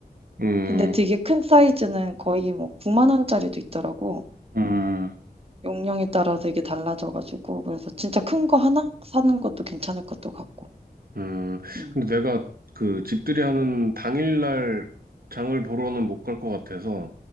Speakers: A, on the right (about 60°); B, on the right (about 35°).
A: 음,
B: 근데 되게 큰 사이즈는 거의 뭐 9만 원짜리도 있더라고.
A: 음,
B: 용량에 따라 되게 달라져가지고 그래서 진짜 큰 거 하나 사는 것도 괜찮을 것도 같고.
A: 음.
B: 음,
A: 근데 내가 그 집들이 하는 당일날 장을 보러는 못 갈 것 같아서,